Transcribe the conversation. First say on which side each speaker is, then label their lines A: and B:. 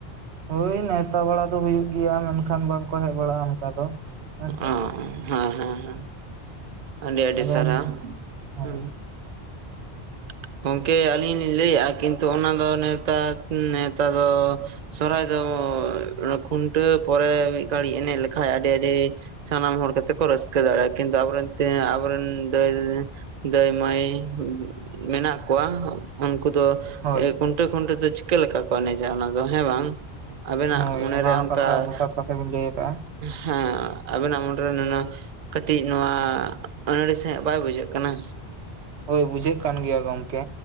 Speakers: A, on the right; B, on the right.
A: ᱦᱳᱭ ᱱᱮᱣᱛᱟ ᱵᱟᱲᱟ ᱦᱩᱭᱩᱜ ᱜᱮᱭᱟ, ᱢᱮᱱᱠᱷᱟᱱ ᱵᱟᱝᱠᱚ ᱦᱮᱡ ᱵᱟᱲᱟᱜᱼᱟ ᱚᱱᱠᱟ ᱫᱚ ᱦᱮᱸ ᱥᱮ᱾
B: ᱚ ᱦᱮᱸ, ᱦᱮᱸ, ᱦᱮᱸ ᱟᱹᱰᱤ ᱟᱹᱰᱤ
A: ᱟᱫᱚ
B: ᱥᱟᱨᱦᱟᱣ᱾
A: ᱦᱳᱭ
B: ᱦᱩᱸ,
A: <inaudible>
B: ᱜᱚᱝᱠᱮ ᱟᱹᱞᱤᱧ ᱞᱤᱧ ᱞᱟᱹᱭ ᱮᱫᱼᱟ ᱠᱤᱱᱛᱩ ᱚᱱᱟ ᱫᱚ ᱱᱮᱛᱟ ᱱᱮᱶᱛᱟ ᱫᱚ ᱥᱚᱨᱦᱟᱭ ᱫᱚ ᱠᱷᱩᱱᱴᱟᱹᱣ ᱯᱚᱨᱮ ᱢᱤᱫ ᱜᱷᱟᱹᱲᱤᱡ ᱮᱱᱮᱡ ᱞᱮᱠᱷᱟᱡ ᱟᱹᱰᱤ ᱟᱹᱰᱤ ᱥᱟᱱᱟᱢ ᱦᱚᱲ ᱠᱟᱛᱮ ᱠᱚ ᱨᱟᱹᱥᱠᱟᱹ ᱫᱟᱲᱮᱭᱟᱜᱼᱟ᱾ ᱠᱤᱱᱛᱩ ᱟᱵᱚᱨᱮᱱ ᱛᱮ ᱟᱵᱚᱨᱮᱱ ᱫᱟᱹᱭᱼᱫᱟᱹᱭ ᱢᱟᱹᱭ ᱢᱮᱱᱟᱜ ᱠᱚᱣᱟ᱾ ᱩᱱᱠᱩ ᱫᱚ
A: ᱦᱳᱭ
B: ᱠᱷᱩᱱᱴᱟᱹᱣ ᱠᱷᱩᱱᱴᱟᱹ ᱛᱮ ᱪᱤᱠᱟᱹ ᱞᱮᱠᱟ ᱠᱚ ᱮᱱᱮᱡᱟ ᱚᱱᱟ ᱫᱚ ᱦᱮᱸ ᱵᱟᱝ? ᱟᱵᱤᱱᱟᱜ
A: ᱦᱳᱭ
B: ᱢᱚᱱᱮᱨᱮ
A: ᱚᱱᱟ ᱦᱚᱸ
B: ᱚᱱᱠᱟ,
A: ᱠᱟᱛᱷᱟ ᱡᱚᱛᱷᱟᱛ ᱠᱟᱛᱷᱟ ᱵᱤᱱ ᱞᱟᱹᱭ ᱟᱠᱟᱜᱼᱟ
B: ᱦᱮᱸ, ᱟᱵᱤᱱᱟᱜ ᱢᱩᱚᱱᱨᱮ ᱱᱩᱱᱟᱹᱜ ᱠᱟᱹᱴᱤᱡ ᱱᱚᱣᱟ ᱟᱹᱱᱟᱹᱲᱤ ᱥᱟᱺᱦᱤᱡ ᱵᱟᱭ ᱵᱩᱡᱷᱟᱹᱜ ᱠᱟᱱᱟ?
A: ᱦᱳᱭ ᱵᱩᱡᱷᱟᱹᱜ ᱠᱟᱱ ᱜᱮᱭᱟ ᱜᱚᱝᱠᱮ᱾